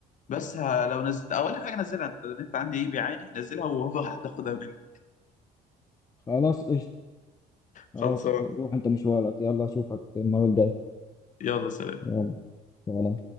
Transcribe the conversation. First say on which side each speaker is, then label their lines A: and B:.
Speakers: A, on the left; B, on the left.
A: بس ه- لو نزلت اول حاجه نزلها انت النت عندي ايه بيعاني نزلها وهاخدها منك
B: خلاص قشطة خلاص
A: خلصان
B: روح انت مشوارك يلا اشوفك المرة الجاية
A: يلا سلام
B: يلا سلام.